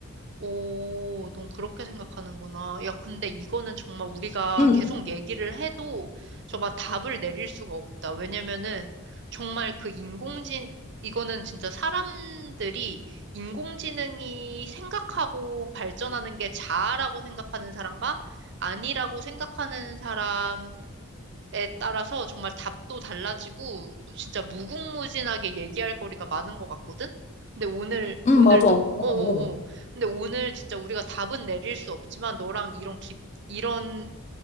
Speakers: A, on the right (about 55°); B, on the left (about 30°).
A: 오, 넌 그렇게 생각하는구나. 야, 근데 이거는 정말 우리가
B: 응,
A: 계속 얘기를 해도 정말 답을 내릴 수가 없다. 왜냐면은 정말 그 인공지능, 이거는 진짜 사람들이 인공지능이 생각하고 발전하는 게 자아라고 생각하는 사람과 아니라고 생각하는 사람 에 따라서 정말 답도 달라지고 진짜 무궁무진하게 얘기할 거리가 많은 것 같거든? 근데 오늘
B: 응,
A: 오늘
B: 맞아.
A: 너
B: 어, 어.
A: 어어어 근데 오늘 진짜 우리가 답은 내릴 수 없지만 너랑 이런 깊 이런